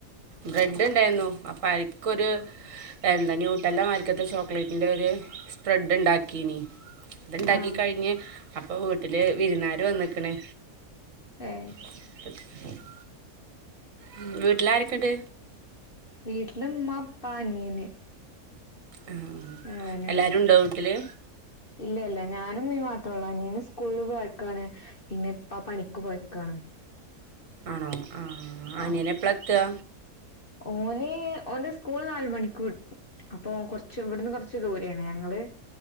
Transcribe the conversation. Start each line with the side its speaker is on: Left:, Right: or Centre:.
Right: ബ്രെഡ് ഉണ്ടായിരുന്നു അപ്പൊ അയ്ക്കൊരു എന്താ ന്യൂട്രല്ലമായിരിക്കത്ത ചോക്ലേറ്റിന്റെ ഒരു സ്പ്രെഡ്ണ്ടാക്കീനി അത്ണ്ടാക്കി
Left: ആഹ്
Right: കഴിഞ്ഞ് അപ്പൊ വീട്ടില് വിരുന്നാര് വന്ന്ക്ക്ണ്
Left: ഏഹ്
Right: <unintelligible> ഉം വീട്ടിലാരൊക്കേണ്ട്
Left: വീട്ടില് മ്മാ പ്പാ അനിയന്
Right: ആഹ്‌
Left: ഞങ്ങൾ തന്നെ
Right: എല്ലാരുണ്ടോ
Left: ഉള്ളു
Right: വീട്ടില്
Left: ഇല്ല ഇല്ല ഞാനും മ്മീം മാത്ര ഒള്ളു അനിയന് സ്കൂളി പോയക്കാണ് പിന്നെ ഇപ്പാ പണിക്ക് പോയക്കാണ്
Right: ആണോ ആഹ്‌
Left: ആഹ്
Right: ആനിയനപ്പളാ എത്താ
Left: ഓന് ഓന്റെ സ്കൂള് നാല് മണിക് വി അപ്പൊ കൊർച്ച് ഇവടന്ന് കൊർച്ച് ദൂരാണ് ഞങ്ങള്